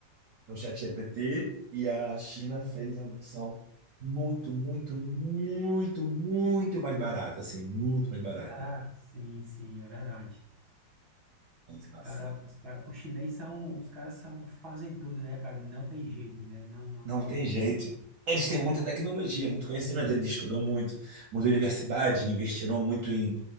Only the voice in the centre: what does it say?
Ah, sim, sim, é verdade. Os cara,
os cara, os chinês são, os caras são, fazem tudo, né, cara? Não tem jeito, né? Não, não
tem
jeito.